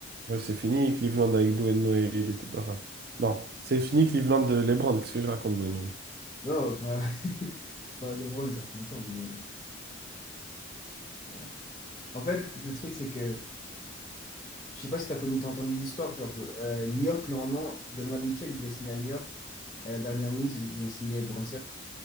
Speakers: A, on the right; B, on the left.
A: Ouais, c'est fini, Cleveland avec Dwayne Wade et tout. Enfin, non, c'est fini, Cleveland de LeBron. Qu'est-ce que je raconte, Dwayne Wade?
B: Non, enfin, <laughs> enfin, LeBron, ça fait longtemps, mais... non. En fait, le truc, c'est que... Je sais pas si t'as connu, t'as entendu l'histoire, genre, euh, New York, normalement, Donovan Mitchell, il devait signer à New York. à la dernière minute, ils, ils ont signé pour un